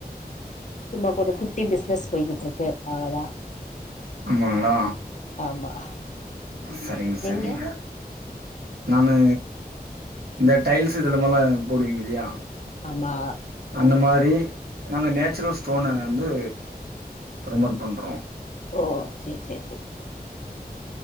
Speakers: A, on the left (about 50°); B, on the right (about 75°).
A: சும்மா ஒரு குட்டி பிஸ்னஸ் போய்கிட்டு இருக்கு அவ்ளோதா
B: ஆமாங்களா
A: ஆமா
B: சரிங்க சரிங்க
A: நீங்க
B: நானு இந்த டைல்ஸ் இதுலாமல்லா போடுவீங்க இல்லையா
A: ஆமா
B: அந்த மாரி நாங்க நேச்சுரல் ஸ்டோன வந்து ப்ரமோட் பண்றோ
A: ஓ சேரி சேரி சேரி